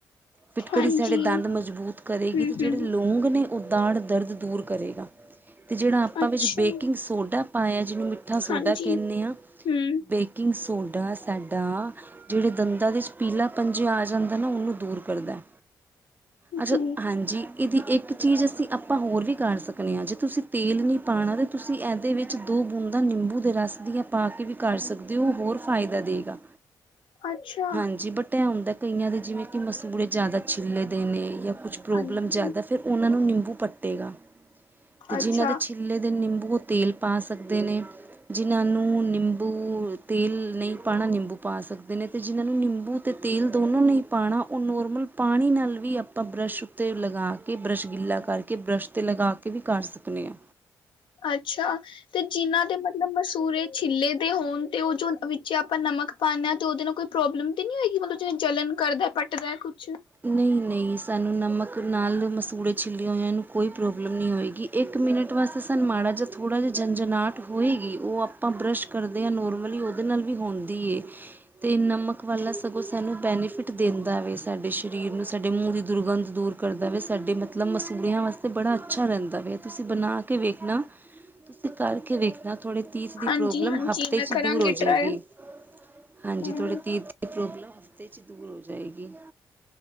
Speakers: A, on the right; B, on the left.
A: ਫਿਟਕੜੀ
B: ਹਾਂਜੀ
A: ਸਾਡੇ ਦੰਦ ਮਜ਼ਬੂਤ ਕਰੇਗੀ
B: ਹੂੰ
A: ਤੇ ਜੇੜੇ
B: ਹੂੰ
A: ਲੌਂਗ ਨੇ ਓ ਦਾੜ ਦਰਦ ਦੂਰ ਕਰੇਗਾ। ਅ ਜੇੜਾ ਆਪਾਂ
B: ਅੱਛਾ
A: ਵਿੱਚ ਬੇਕਿੰਗ ਸੋਡਾ ਪਾਇਆ ਜਿਨੂੰ ਮਿੱਠਾ ਸੋਡਾ
B: ਹਾਂਜੀ
A: ਕੈਣੇ ਆਂ
B: ਹੂੰ
A: ਬੇ ਕਿੰਗ ਸੋਡਾ ਸਾਡਾ ਜੇੜੇ ਦੰਦਾਂ ਦੇ ਚ ਪੀਲਾ ਪਨ ਜਿਆ ਆ ਜਾਂਦਾ ਨਾ ਓਨੂੰ ਦੂਰ ਕਰਦਾ। ਅੱਛਾ
B: ਜੀ
A: ਹਾਂਜੀ। ਏਦੀ ਇੱਕ ਚੀਜ਼ ਅਸੀਂ ਆਪਾਂ ਹੋਰ ਵੀ ਕਰ ਸਕਨੇ ਆਂ ਜੇ ਤੁਸੀਂ ਤੇਲ ਨੀ ਪਾਣਾ ਤੇ ਤੁਸੀਂ ਏਦੇ ਵਿੱ ਦੋ ਬੂੰਦਾਂ ਨਿੰਬੂ ਦੇ ਰਸ ਦੀਆਂ ਪਾ ਕੇ ਵੀ ਕਰ ਸਕਦੇ ਓ ਹੋਰ ਫਾਇਦਾ ਦੇਗਾ।
B: ਅੱਛਾ
A: ਹਾਂਜੀ ਬਟ ਐ ਹੁੰਦਾ ਏ ਕਈਆਂ ਦੇ ਜਿਵੇਂ ਕੀ ਮਸੂੜੇ ਜਾਦਾ ਛਿੱਲੇੇ ਦੇ ਨੇ ਯਾ ਕੁਛ ਪ੍ਰੋਬਲਮ
B: ਹਾਂਜੀ
A: ਜਾਦਾ ਫੇਰ ਓਨਾਂ ਨੂੰ ਨਿੰਬੂ ਪੱਟੇਗਾ ਤੇ ਜਿਨਾਂ
B: ਅੱਛਾ
A: ਦੇ ਛਿੱਲੇ ਤੇ ਨਿੰਬੂ ਤੇਲ ਪਾ ਸਕਦੇ ਨੇ ਜਿਨ੍ਹਾਂ ਨੂੰ ਨਿੰਬੂ ਤੇਲ ਨਈ ਪਾਣਾ ਨਿੰਬੂ ਪਾ ਸਕਦੇ ਨੇ ਤੇ ਜਿਨਾਂ ਨੂੰ ਨਿੰਬੂ ਤੇ ਤੇਲ ਦੋਨੋ ਨੀ ਪਾਣਾ ਓ ਨੋਰਮਲ ਪਾਣੀ ਨਾਲ ਵੀ ਆਪਾਂ ਬਰੱਸ਼ ਉੱਤੇ ਲਗਾ ਕੇ, ਬਰੱਸ਼ ਗਿੱਲਾ ਕਰਕੇ, ਬਰੱਸ਼ ਤੇ ਲਗਾ ਕੇ ਵੀ ਕਰ ਸਕਨੇ ਆਂ।
B: ਅੱਛਾ! ਤੇ ਜਿਨਾਂ ਦੇ ਮਤਲਬ ਮਸੂਰੇ ਛਿੱਲੇ ਦੇ ਹੋਣ ਤੇ ਓ ਜੋ ਵਿੱਚ ਆਪਾਂ ਨਮਕ ਪਾਨੇ ਆ ਤੇ ਓਦੇ ਨਾਲ ਕੋਈ ਪ੍ਰੋਬਲਮ ਤੇ ਨੀ ਹੋਏਗੀ ਮਤਲਬ ਜਿਵੇਂ ਜਲਣ ਕਰਦਾ ਪੱਟਦਾ ਕੁਛ
A: ਨਈ ਨਈ ਸਾਨੂੰ ਨਮਕ ਨਾਲ ਮਸੂੜੇ ਛਿੱਲੀਆਂ ਹੋਇਆਂ ਨੂੰ ਕੋਈ ਪ੍ਰੋਬਲਮ ਨੀ ਹੋਏਗੀ। ਇੱਕ ਮਿੰਟ ਵਾਸਤੇ ਸਾਨੂੰ ਮਾੜਾ ਜਿਆ ਥੋੜ੍ਹਾ ਜਿਆ ਜੰਝਨਾਟ ਹੋਏਗੀ ਓ ਆਪਾਂ ਬਰੱਸ਼ ਕਰਦੇ ਆਂ ਨੋਰਮਲੀ ਓਦੇ ਨਾਲ ਵੀ ਹੋਂਦੀ ਏ ਤੇ ਨਮਕ ਵਾਲਾ ਸਗੋਂ ਸਾਨੂੰ ਬੈਨੀਫਿਟ ਦਿੰਦਾ ਵੇ ਸਾਡੇ ਸਰੀਰ ਨੂੰ ਸਾਡੇ ਮੂੰਹ ਦੀ ਦੁਰਗੰਧ ਦੂਰ ਕਰਦਾ ਵੇ ਸਾਡੇ ਮਤਲਬ ਮਸੂੂੜਿਆਂ ਵਾਸਤੇ ਬੜਾ ਅੱਛਾ ਰੈਂਦਾ ਵੇ, ਤੁਸੀਂ ਬਣਾ ਕੇ ਵੇਖਣਾ। ਤੁਸੀਂ ਕਰਕੇ ਵੇਖਣਾ ਤੋਡੇ ਤੀਥ ਦੀ
B: ਹਾਂਜੀ
A: ਪ੍ਰੋਬਲਮ
B: ਹਾਂਜੀ
A: ਹਫ਼ਤੇ
B: ਮੈਂ
A: ਚ
B: ਕਰਾਂਗੀ
A: ਦੂਰ ਹੋ ਜੇਗੀ।
B: ਟਰਾਈ
A: ਹਾਂਜੀ
B: ਹਮ
A: ਥੋੜੇ ਤੀਥ ਪ੍ਰੋਬਲਮ ਹਫ਼ਤੇ ਚ ਦੂਰ ਹੋ ਜਾਏਗੀ।